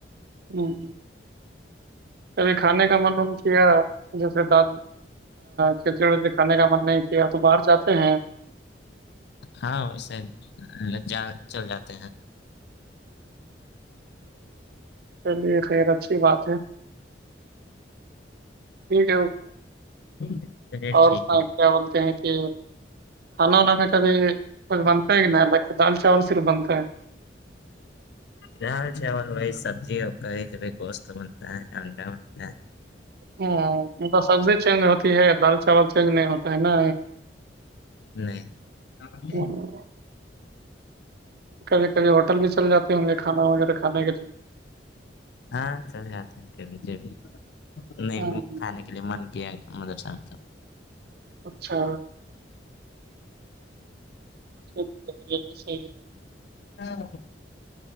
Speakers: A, on the right (about 60°); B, on the left (about 65°).
A: ہوں کبھی کھانے کا منوم کیا <unintelligible> جیسے داد کھچڑی وری کھانے کا من نہیں کیا تو باہر جاتے ہیں
B: ہاں ویے جا چل جاتے ہیں
A: چلیے خیر اچھی بات ہے پڈ
B: چلیے
A: اور
B: ٹھیک
A: کیا
B: ہے
A: بولتے ہیں کہ ہلونا میں کبھی کچھ بنتا ہے کہ نہیں دال چاول سےر بنتا ہے
B: دال چاول وہی سبزیی ج گوشت بنتا ہے انڈا بنتا ہے
A: ہ مطب سبزی چینج ہوتی ہے دال چاول چینج نہیں ہوتا ہے نا
B: نہیں <unintelligible>
A: ہم، کبھی کبھی ہوٹل میں چل جاتے ہوں گے کھانا وغیرہ کھانے کے لیے
B: ہاں چل جاتے ہیں بھیھی نہیں
A: ہم،
B: کھانے من کی آ مدر سام
A: اچھا <inaudible>
B: ہاں